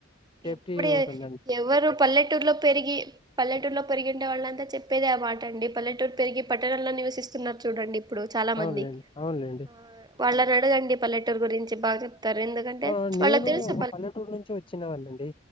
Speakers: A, on the left (about 25°); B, on the right (about 20°).
A: సేఫ్టీ
B: ఎప్పుడు
A: ఉంటుందండి.
B: ఎవరు పల్లెటూరులో పెరిగి పల్లెటూరులో పెరిగుండే వాళ్ళంతా చెప్పేదే ఆ మాట అండి పల్లెటూరు పెరిగి పట్టణంలో నివసిస్తున్నారు చూడండి. ఇప్పుడు చాలా
A: అవునులేండి
B: మంది
A: అవునులేండి.
B: ఆ వాళ్ళని అడగండి పల్లెటూరు గురించి బాగ చెప్ తారు ఎందుకంటే
A: ఆ
B: చ్
A: నేను
B: వాళ్ళక్ తెల్సు
A: ఒక పల్లెటూరు నుంచే వచ్చిన వాన్నండి